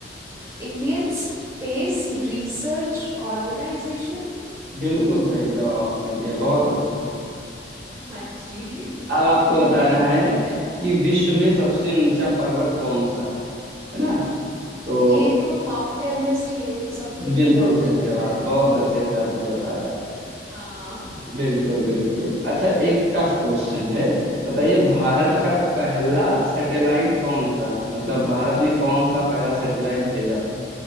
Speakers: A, on the right (about 15°); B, on the right (about 65°).
A: इंडियन स्पेस रिसर्च ऑर्गेनाइजेशन
B: बिल्कुल सही जवाब आपने दिया बहुत अच्छे
A: हाँ जी <laughs>
B: अब आपको बताना
A: ठीक है
B: है कि विश्व में सबसे ऊंचा पर्वत कौन सा है है ना तो
A: ये तो माउंट एवरेस्ट ही है ये तो सबको ही
B: बिल्कुल
A: पता है मुझे
B: सही
A: लगता
B: जवाब
A: है
B: बहुत अच्छे से आपने बताया
A: हाँ
B: बिल्कुल बिल्कुल
A: <laughs>
B: अच्छा एक टफ क्वेश्चन है बताइए भारत
A: हाँ
B: का पहला सैटेलाइट कौन सा है मतलब भारत ने कौन सा पहला सैटेलाइट भेजा था